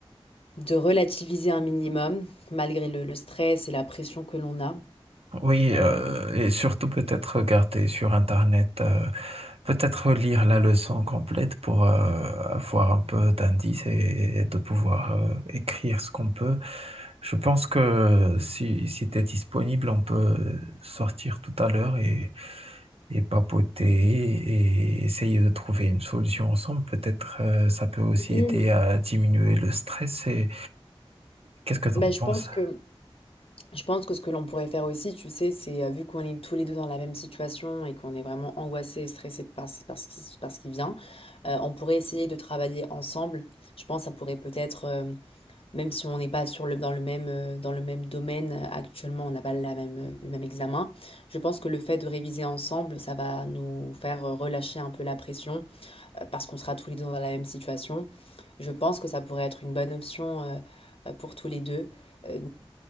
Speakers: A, on the left; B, on the right.
A: de relativiser un minimum, malgré le, le stress et la pression que l'on a.
B: Oui,
A: Euh,
B: euh,
A: et-
B: et surtout peut-être regarder sur Internet, euh, peut-être lire la leçon complète pour euh, avoir un peu d'indices et, et de pouvoir euh, écrire ce qu'on peut. Je pense que si, si tu es disponible, on peut sortir tout à l'heure et, et papoter et essayer de trouver une solution ensemble. Peut-être euh, ça peut aussi
A: Oui.
B: aider à diminuer le stress. Et qu'est-ce que tu
A: bah,
B: en
A: je
B: penses?
A: pense que... Je pense que ce que l'on pourrait faire aussi, tu sais, c'est euh, vu qu'on est tous les deux dans la même situation et qu'on est vraiment angoissé, et stressés par ce, par ce qui, par ce qui vient, euh, on pourrait essayer de travailler ensemble. Je pense que ça pourrait peut-être, euh, même si on n'est pas sur le, dans le même, euh, dans le même domaine euh, actuellement, on n'a pas la même, euh, le même examen, je pense que le fait de réviser ensemble, ça va nous faire euh, relâcher un peu la pression euh, parce qu'on sera tous les deux dans la même situation. Je pense que ça pourrait être une bonne option euh, euh, pour tous les deux. Euh,